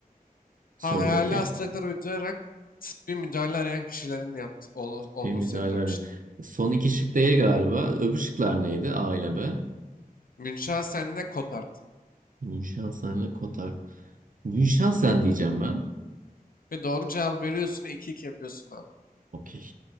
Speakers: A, on the right; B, on the left.
A: sorudaki.
B: Ha, hayali hastalıklar uydurarak tıbbi müdahale arayan kişilerin yaptı, ol- olduğu
A: Bir müdahale.
B: sendrom işte.
A: Son iki şık değil galiba. Öbür şıklar neydi? A ile B.
B: Münchhausen ile Cotard.
A: Münşansen ile Kotak. Münşansen diyeceğim ben.
B: Ve doğru cevabı veriyorsun ve iki iki yapıyorsun abi.
A: Okey.